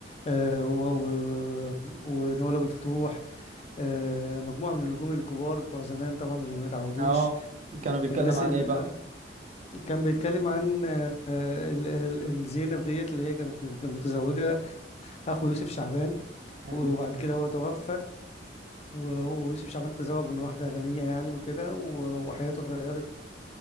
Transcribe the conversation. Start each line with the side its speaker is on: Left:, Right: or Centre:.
Left: آه، و- و- ونوال أبو الفتوح آه، مجموعة من النجوم الكبار بتوع زمان طبعا اللي ما يتعوضوش
Right: اه كانوا بيتكلم
Left: الناس
Right: عن
Left: اللي
Right: إيه بقى
Left: كان بيتكلم عن آه، آه، ال- ال- الزينب ديت اللي هي كانت متزوجة أخو يوسف شعبان
Right: حلو.
Left: وبعد كده هو توفى وهو ويوسف شعبان تزوج من واحدة غنية يعني وكده و- وحياته اتغيرت